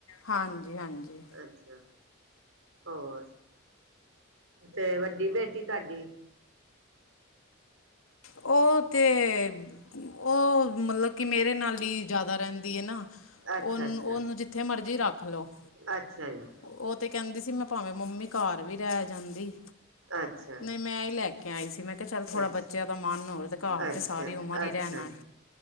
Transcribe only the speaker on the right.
ਅੱਛਾ, ਹੋਰ ਤੇ ਵੱਡੀ ਬੇਟੀ ਤੁਹਾਡੀ
ਅੱਛਾ
ਅੱਛਾ
ਅੱਛਾ ਜੀ
ਅੱਛਾ ਜੀ
ਅੱਛਾ
ਅੱਛਾ
ਅੱਛਾ
ਜੀ